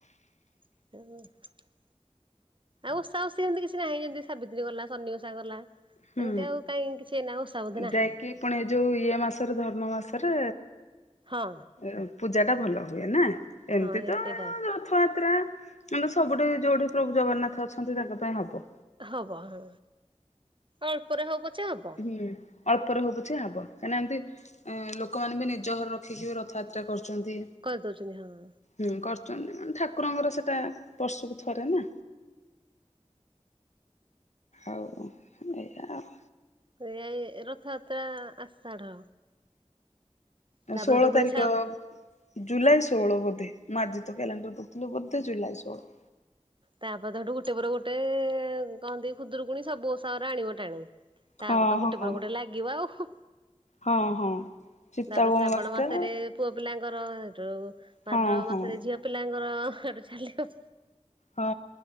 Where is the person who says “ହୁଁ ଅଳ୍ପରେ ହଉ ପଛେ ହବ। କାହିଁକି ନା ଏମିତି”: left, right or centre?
Left